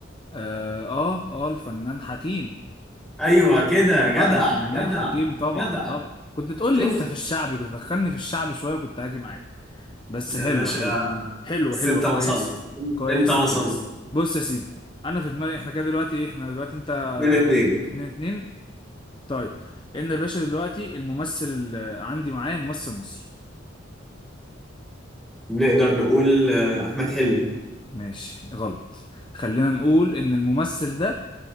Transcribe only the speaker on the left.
اه آه، الفنان حكيم
ايوه
بقى الفنان
حكيم طبعا
طبعا كنت تقول
لي انت في الشعبي كنت تدخلني في الشعب شويه كنت هاجي معاك بس
حلوه
حلوه حلوه
حلوه
كويسه
كويسه
كويسه بص يا سيدي انا في دماغي احنا كده دلوقتي ايه احنا دلوقتي انت آه،
اتنين اتنين طيب ان يا باشا دلوقتي الممثل اللي عندي معايا ممثل مصري
ماشي غلط خلينا نقول ان الممثل ده